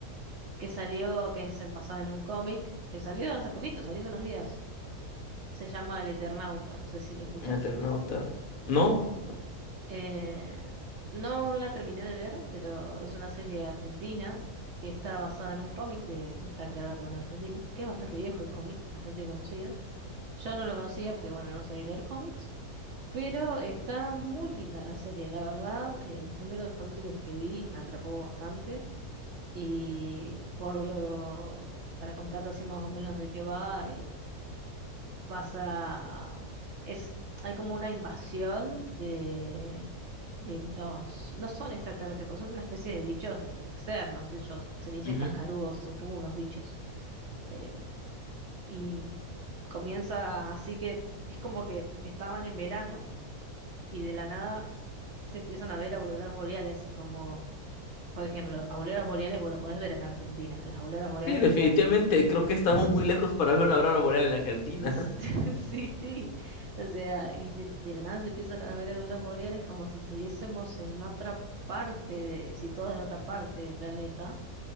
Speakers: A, on the right; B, on the left.
A: que salió, que es basada en un cómic, que salió hace poquito, salió hace unos días. Se llama El Eternauta, no sé si lo escuchaste.
B: un Eternauta. No.
A: Eh, no la terminé de ver, pero es una serie argentina que está basada en un cómic de, que está creada por un argentino, que es bastante viejo el cómic, bastante conocido. Yo no lo conocía porque, bueno, no soy de leer cómics, pero está muy linda la serie, la verdad. eh, los primeros dos capítulos que vi me atrapó bastante y por lo, para contarte así más o menos de qué va, pasa, es, hay como una invasión de, de unos, no son extraterrestres, porque son una especie de bichos eh, externos, de ellos se le dicen
B: ujú.
A: cascarudos, son como unos bichos. eh, y comienza así que es como que estaban en verano y de la nada se empiezan a ver auroras boreales, como por ejemplo, auroras boreales, bueno, podés ver en Argentina, las auroras boreales
B: Sí, definitivamente.
A: están...
B: Creo que estamos
A: <laughs>
B: muy lejos para ver una aurora boreal en la Argentina.
A: <laughs>
B: <laughs>
A: Sí, sí. O sea, y de, de la nada se empiezan a ver auroras boreales como si estuviésemos en otra parte, de- situados en otra parte del planeta,